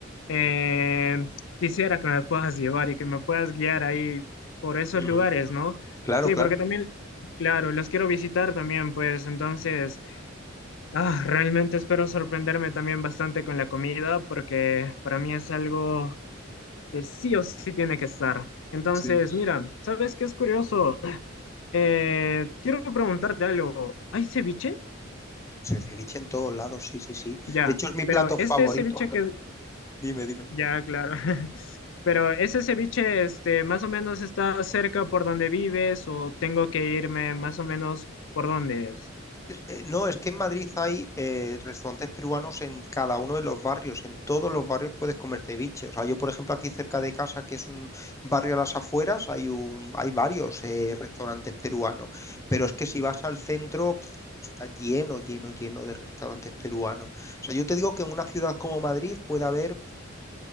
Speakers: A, on the left; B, on the left.
A: eh, quisiera que me puedas llevar y que me puedas guiar ahí por esos
B: Ujú.
A: lugares, ¿no?
B: Claro,
A: Sí,
B: claro.
A: porque también, claro, los quiero visitar también, pues entonces, ah, realmente espero sorprenderme también bastante con la comida, porque para mí es algo que sí o sí tiene que estar. Entonces,
B: Sí, sí.
A: mira, ¿sabes qué es curioso? <clears throat> Eh, quiero preguntarte algo. ¿Hay ceviche?
B: Sí, ceviche en todos lados, sí, sí, sí.
A: Ya,
B: De hecho, es mi plato
A: pero
B: favorito.
A: este ceviche
B: <laughs>
A: que,
B: Dime, dime.
A: ya, claro, <laughs> pero ese ceviche, este, más o menos está cerca por donde vives o tengo que irme más o menos por dónde. es.
B: Es- eh, No, es que en Madrid hay eh, restaurantes peruanos en cada uno de los barrios. En todos los barrios puedes comer ceviche. O sea, yo, por ejemplo, aquí cerca de casa, que es un barrio a las afueras, hay un, hay varios eh, restaurantes peruanos. Pero es que si vas al centro, pf, está lleno, lleno, lleno de restaurantes peruanos. O sea, yo te digo que en una ciudad como Madrid puede haber